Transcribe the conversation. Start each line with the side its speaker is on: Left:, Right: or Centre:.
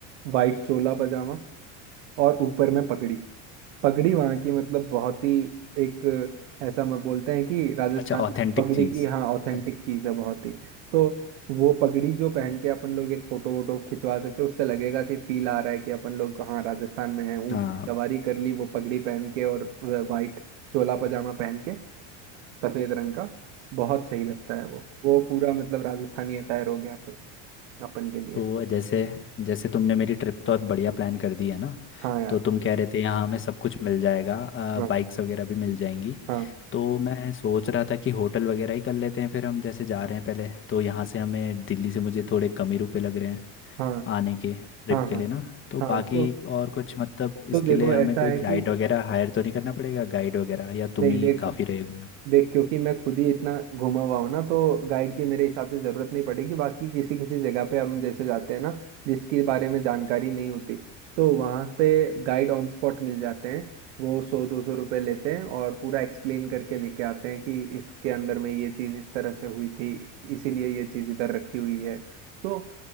Right: वाइट चोला पजामा और ऊपर में पगड़ी पगड़ी वहाँ की मतलब बहुत ही एक ऐसा हम बोलते हैं कि राजस्थान
Left: अच्छा ऑथेंटिक
Right: में पगड़ी
Left: चीज़
Right: की हाँ ऑथेंटिक
Left: अ-
Right: चीज़ है बहुत ही तो वो पगड़ी जो पहन के अपन लोग एक फोटो वोटो खिंचवा सकते हैं उससे लगेगा कि फील आ रहा है कि अपन लोग हाँ राजस्थान में हैं ऊँट
Left: हाँ
Right: की सवारी कर ली वो पगड़ी पहन के और वाइट चोला पजामा पहन के सफेद रंग का बहुत सही लगता है वो वो पूरा मतलब राजस्थानी अटायर हो गया फिर अपन के लिए
Left: तो जैसे जैसे तुमने मेरी ट्रिप तो अब बढ़िया प्लान कर दी है ना
Right: हाँ यार
Left: तो तुम कह रहे थे यहाँ हमें सब कुछ मिल जाएगा
Right: हाँ
Left: बाइक्स वगैरह भी मिल जाएंगी
Right: हाँ
Left: तो मैं सोच रहा था कि होटल वगैरह ही कर लेते हैं फिर हम जैसे जा रहे हैं पहले तो यहाँ से हमें दिल्ली से मुझे थोड़े कम ही रुपए लग रहे हैं
Right: हाँ
Left: आने के ट्रिप
Right: हाँ
Left: के
Right: हाँ
Left: लिए ना तो
Right: हाँ
Left: बाकी
Right: हाँ, तो
Left: और कुछ मतलब इसके
Right: तो देखो
Left: लिए हमें
Right: ऐसा
Left: कोई
Right: है
Left: गाइड
Right: कि
Left: वगैरह हायर तो नहीं करना पड़ेगा गाइड वगैरह या तुम
Right: नहीं
Left: ही
Right: देख
Left: काफ़ी रहेगा यहाँ?
Right: देख क्योंकि मैं खुद ही इतना घुमा हुआ हूँ ना तो गाइड की मेरे हिसाब से जरूरत नहीं पड़ेगी बाकी किसी किसी जगह पे हम जैसे जाते हैं ना जिसके बारे में जानकारी नहीं होती तो वहाँ पे गाइड ऑन स्पॉट मिल जाते हैं वो सौ दो सौ रुपये लेते हैं और पूरा एक्सप्लेन करके लेके आते हैं कि इसके अंदर में ये चीज़ इस तरह से हुई थी इसीलिए ये चीज़ इधर रखी हुई है तो